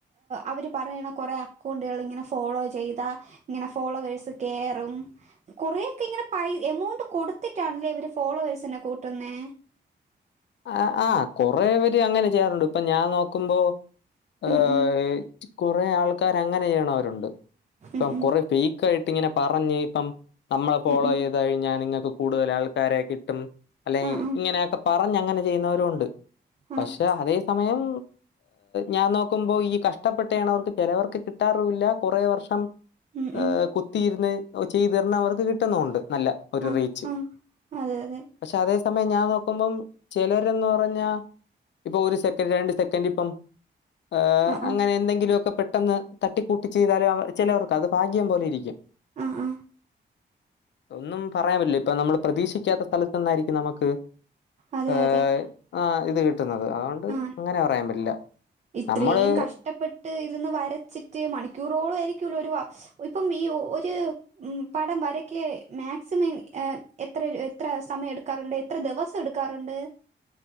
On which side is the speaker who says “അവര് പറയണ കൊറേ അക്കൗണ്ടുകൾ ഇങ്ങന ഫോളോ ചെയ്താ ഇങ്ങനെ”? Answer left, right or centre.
Right